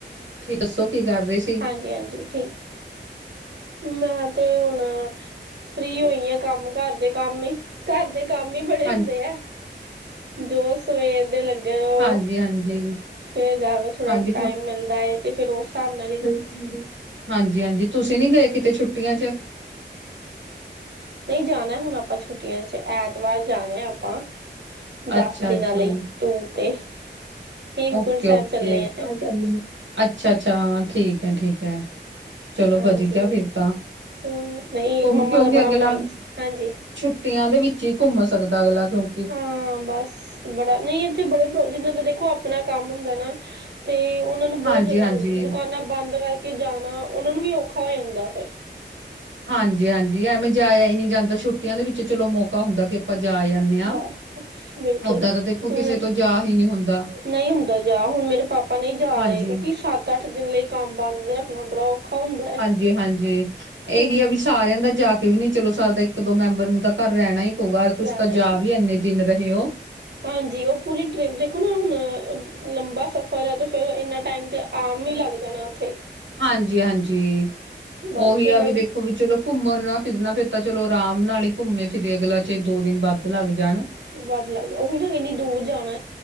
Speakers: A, on the right; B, on the right.
A: ਠੀਕ ਦੱਸੋ ਕੀ ਕਰ ਰਹੇ ਸੀ।
B: ਹਾਂਜੀ ਹਾਂਜੀ ਠੀਕ ਮੈਂ ਤੇ ਹੁਣ ਫਰੀ ਹੋਈ ਆ ਕੰਮ ਘਰ ਦੇ ਕੰਮ ਹੀ ਘਰ ਦੇ ਕੰਮ ਹੀ ਬੜੇ
A: ਹਾਂ
B: ਹੁੰਦੇ ਹੈ। ਜੋ ਸਵੇਰ ਦੇ ਲੱਗੇ ਤੇ ਉਹ
A: ਹਾਂਜੀ ਹਾਂਜੀ
B: ਫਿਰ ਜਾ ਕੇ ਥੋੜਾ
A: ਹਾਂਜੀ
B: ਟਾਈਮ ਮਿਲਦਾ ਹੈ ਤੇ ਫਿਰ ਉਸ ਹਿਸਾਬ ਨਾਲ ਹੀ
A: ਹਾਂਜੀ ਹਾਂਜੀ ਹਾਂਜੀ ਤੁਸੀਂ ਨੀ ਗਏ ਕਿਤੇ ਛੁੱਟੀਆਂ ਚ
B: ਨਹੀਂ ਜਾਣਾ ਹੈ ਹੁਣ ਆਪਾਂ ਛੁੱਟੀਆਂ ਚੇ ਐਤਵਾਰ ਜਾਣਾ ਹੈ ਆਪਾਂ ਦਸ
A: ਅੱਛਾ
B: ਦਿਨਾਂ
A: -ਅੱਛਾ
B: ਲਈ ਟੂਰ ਤੇ ਹੇਮਕੁੰਟ
A: ਓਕੇ
B: ਸਾਹਿਬ
A: ਓਕੇ
B: ਚੱਲੇ
A: ਅੱਛਾ
B: ਆ
A: -ਅੱਛਾ ਹਾਂ ਠੀਕ ਹੈ ਠੀਕ ਹੈ। ਚਲੋ
B: ਹਾਂਜੀ
A: ਵਧੀਆ ਫਿਰ ਤਾਂ
B: ਹੂੰ ਨਹੀਂ
A: ਘੁੰਮ
B: ਮੰਮਾ
A: ਕਿਉਂ
B: ਦਾ
A: ਕੇ
B: ਬੜਾ
A: ਅਗਲਾ
B: ਮਨ ਹਾਂਜੀ
A: ਛੁੱਟੀਆਂ ਦੇ ਵਿੱਚ ਹੀ ਘੁੰਮ ਸਕਦਾ ਅਗਲਾ ਕਿਉ
B: ਹਾਂ ਬਸ ਬੜਾ ਨਹੀਂ ਇੱਥੇ ਬੜੇ ਜਿੰਹਨਾਂ ਦਾ ਦੇਖੋ ਆਪਣਾ ਕੰਮ ਹੁੰਦਾ ਨਾ ਤੇ ਉਹ ਉਹਨਾਂ ਨੂੰ ਬਹੁਤ
A: ਹਾਂਜੀ
B: ਜ਼ਾਆਦਾ
A: ਹਾਂਜੀ
B: ਦੁਕਾਨਾਂ ਬੰਦ ਕਰਕੇ ਜਾਣਾ ਉਹਨਾਂ ਨੂੰ ਵੀ ਔਖਾ ਹੋ ਜਾਂਦਾ ਫਿਰ
A: ਹਾਂਜੀ ਹਾਂਜੀ ਐਵੇਂ ਜਾਇਆ ਹੀ ਨਹੀਂ ਜਾਂਦਾ ਛੁੱਟੀਆਂ ਦੇ ਵਿੱਚ ਚਲੋ ਮੋਕਾ ਹੁੰਦਾ ਕਿ ਆਪਾਂ ਜਾ ਆ ਨਾ
B: ਬਸ ਬਸ ਬਿਲਕੁਲ
A: ਉਦਾਂ ਤਾਂ ਦੇਖੋ
B: ਹੁਣ
A: ਕਿਸੇ ਤੋਂ ਜਾ ਹੀ ਨਹੀਂ ਹੁੰਦਾ
B: ਨਹੀਂ ਹੁੰਦਾ ਜਾ ਹੁਣ ਮੇਰੇ ਪਾਪਾ ਨਹੀਂ ਜਾ
A: ਹਾਂਜੀ,
B: ਰਹੇ ਕਿਉਂਕਿ ਸੱਤ ਅੱਠ ਦਿਨ ਲਈ ਕੰਮ ਬੰਦ ਰੱਖਣਾ ਹੁੰਦਾ ਹੈ
A: ਹਾਂਜੀ- ਹਾਂਜੀ
B: ਹੁਣ
A: ਇਹੀ ਆ ਵੀ ਸਾਰਿਆਂ ਦਾ ਜਾ ਕੇ ਵੀ ਨਹੀਂ ਚਲੋ ਸਾਰਦਾ ਇੱਕ ਦੋ ਮੈਂਬਰ ਨੂੰ ਤਾਂ ਘਰ ਰਹਿਣਾ ਹੀ ਯਾਰ
B: ਰਹਿਣਾ
A: ਤੁਸੀਂ ਤਾਂ
B: ਹੀ
A: ਜਾ
B: ਪਊ
A: ਵੀ ਇੰਨੇ ਦਿਨ ਰਹੇ ਹੋ
B: ਹਾਂਜੀ ਉਹ ਪੂਰੀ ਟਰਿਪ ਦੇਖੋ ਨਾ ਹੁਣ ਲੰਬਾ ਸਫ਼ਰ ਹੈ ਤੇ ਫੇਰ ਇੰਨਾ ਟਾਈਮ 'ਤੇ ਆਮ ਹੀ ਲੱਗ ਜਾਣਾ ਉੱਥੇ
A: ਹਾਂਜੀ- ਹਾਂਜੀ,
B: ਬਸ
A: ਉਹੀ
B: ਫਿਰ
A: ਆ
B: ਮੈਂ
A: ਵੀ ਦੇਖੋ ਵੀ ਚਲੋ ਘੁੰਮਣਾ ਫਿਰਨਾ ਫਿਰ ਤਾਂ ਚਲੋ ਆਰਾਮ ਨਾਲ ਹੀ ਘੁੰਮੇ ਫਿਰੇ ਅਗਲਾ 'ਚ ਦੋ ਦਿਨ ਵੱਧ ਲੱਗ ਜਾਣ
B: ਵੱਧ ਲੱਗਦਾ, ਉਹੀ ਨਾ ਇੰਨੀ ਦੂਰ ਜਾਣਾ